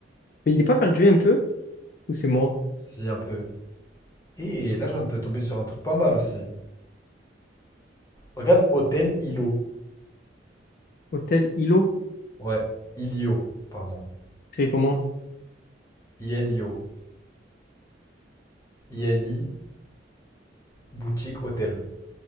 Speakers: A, on the left; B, on the left.
A: Mais il est pas perdu un peu? Ou c'est moi?
B: Si, un peu. Et là, je viens de te tomber sur un truc pas mal aussi. Regarde, Hôtel Ilo.
A: Hôtel Ilo?
B: Ouais, Ilio, pardon.
A: C'est comment?
B: I-L-I-O. I-L-I-O. Boutique hôtel.